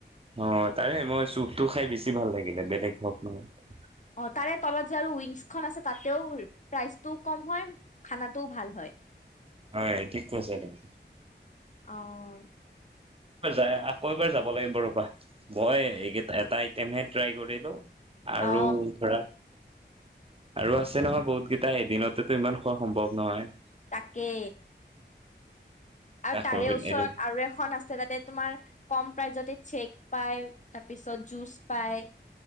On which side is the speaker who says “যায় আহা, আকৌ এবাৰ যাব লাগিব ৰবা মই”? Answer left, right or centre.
Right